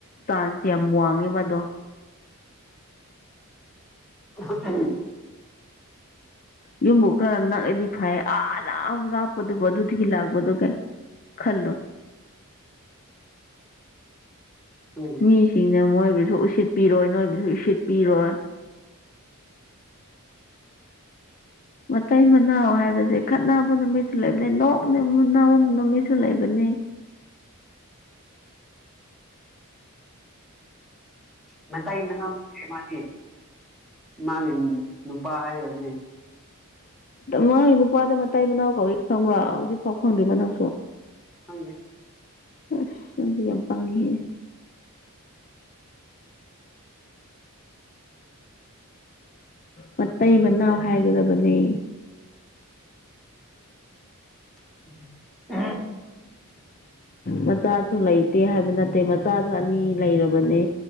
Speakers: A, on the left; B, in the centre.
A: ꯆꯥꯟꯖꯁꯦ ꯌꯥꯝ ꯋꯥꯡꯉꯦꯕꯗꯣ
B: INAUDIBLE
A: ꯌꯨꯝꯕꯨ ꯈꯔꯥ ꯅꯛꯑꯗꯤ ꯐꯩꯌꯦ ꯑꯥ ꯌꯥꯝ ꯂꯥꯞꯄꯗꯨꯕꯨ ꯑꯗꯨꯗꯒꯤ ꯂꯥꯛꯄꯗꯨ ꯀꯥꯏ ꯈꯜ ꯂꯣ
B: ꯈꯪꯗꯦ
A: ꯃꯤꯖꯤꯡꯅ ꯃꯣꯏꯕꯨꯖꯨ ꯎꯁꯤꯠ ꯄꯤꯔꯣꯏ ꯅꯣꯏꯕꯨꯖꯨ ꯎꯁꯤꯠꯄꯤꯔꯣꯏ ꯃꯇꯩ- ꯃꯅꯥꯎ ꯍꯥꯏꯕꯍꯦ ꯈꯠꯅꯕ ꯅꯨꯃꯤꯠ ꯂꯩꯕꯅꯦ ꯅꯣꯡꯃꯒꯤ ꯎꯟꯅꯕ ꯅꯨꯃꯤꯠ UNINTELLIGIBLE
B: ꯉꯁꯥꯏ ꯅꯅꯥꯎꯄꯤ ꯑꯃꯗꯤ ꯃꯥꯒꯤ ꯅꯨꯄꯥ ꯍꯥꯏꯔꯅꯦ
A: ꯃꯥꯒꯤ ꯅꯨꯄꯥꯗꯨ ꯃꯇꯩ- ꯃꯅꯥꯎ ꯀꯧꯏ ꯈꯪꯕ꯭ꯔꯥ ꯍꯧꯖꯤꯛꯐꯥꯎ ꯈꯪꯗ꯭ꯔꯤꯕ ꯅꯪꯁꯨ
B: ꯈꯪꯗꯦ
A: ꯑꯥꯁ ꯅꯪꯖꯦ ꯌꯥꯝ ꯄꯪꯉꯤꯍꯦ ꯃꯥꯇꯩ- ꯃꯅꯥꯎ ꯍꯥꯏꯒꯗꯕꯅꯦ
B: INAUDIBLE
A: ꯃꯆꯥꯁꯨ ꯂꯩꯇꯦ ꯍꯥꯏꯕ ꯅꯠꯇꯦ ꯃꯆꯥꯖꯨ ꯑꯅꯤ ꯂꯩꯔꯕꯅꯦ